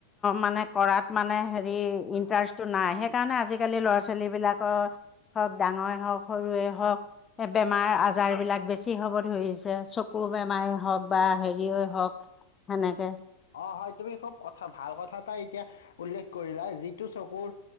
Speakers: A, on the left (about 25°); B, on the left (about 70°).
A: মানে কৰাত মানে হেৰি ইণ্টাৰেষ্টটো নাই সেইকাৰণে আজিকালি ল'ৰা ছোৱালী বিলাকৰ হওঁক ডাঙৰে হওঁক সৰুৱে হওঁক বেমাৰ আজাৰবিলাক বেছি হ'ব ধৰিছে চকু বেমাৰে হওঁক বা হেৰিয়ে হওঁক সেনেকে
B: অ হয় তুমি খুব কথা ভাল কথা এটাই এতিয়া উল্লেখ কৰিলা যিটো চকুৰ